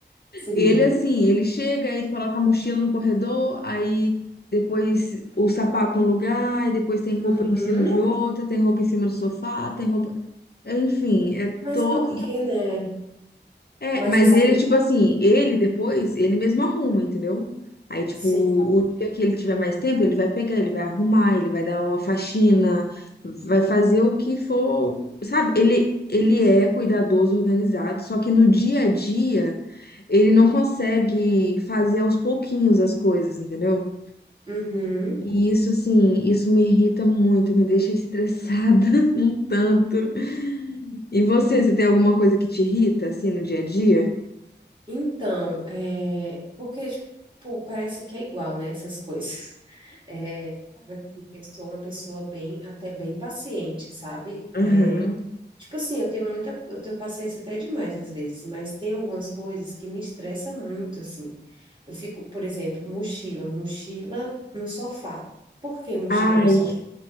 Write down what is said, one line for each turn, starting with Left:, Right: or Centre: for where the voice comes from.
Right: Sim.
Left: Ele assim, ele chega, aí ele coloca a mochila no corredor, aí depois o sapato num lugar, e depois tem roupa
Right: Uhum.
Left: em cima de outra, tem roupa em cima do sofá, tem roupa. Enfim, é
Right: Mas
Left: to...
Right: por quê, né?
Left: É,
Right: Mas
Left: mas
Right: assim,
Left: ele, tipo assim, ele depois, ele mesmo arruma, entendeu? Aí, tipo,
Right: sim.
Left: o dia que ele tiver mais tempo, ele vai pegar, ele vai arrumar, ele vai dar uma faxina, vai fazer o que for, sabe? Ele, ele é cuidadoso e organizado, só que no dia a dia, ele não consegue fazer aos pouquinhos as coisas, entendeu?
Right: Uhum.
Left: E isso, assim, isso me irrita muito, me deixa estressada <laughs> um tanto. E você, você tem alguma coisa que te irrita, assim, no dia a dia?
Right: Então, é, porque, tipo, parece que é igual, né, essas coisas. <laughs> É, sabe, assim, eu sou uma pessoa bem, até bem paciente, sabe?
Left: Aham.
Right: É, tipo assim, eu tenho muita, eu tenho paciência até demais às vezes, mas tem algumas coisas que me estressam muito, assim. Eu fico, por exemplo, mochila, mochila no sofá. Por que mochila
Left: Ai,
Right: no sofá?